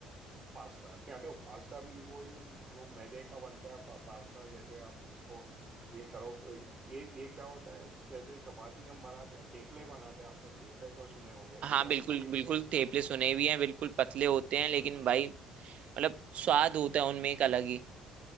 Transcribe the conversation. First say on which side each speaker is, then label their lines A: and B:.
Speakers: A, on the right; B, on the right.
A: पास्ता या तो पास्ता भी वही वो मैदे का बनता है पा, पास्ता जैसे आप उसको ये करो ये ये क्या होता है जैसे चपाती हम बनाते हैं तेपले बनाते हैं आपने तेपले तो सुने होंगे
B: हाँ
A: गुजराती
B: बिल्कुल
A: तेपले
B: बिल्कुल थेपले सुने भी हैं बिल्कुल पतले होते हैं लेकिन भाई मतलब स्वाद होता है उनमें एक अलग ही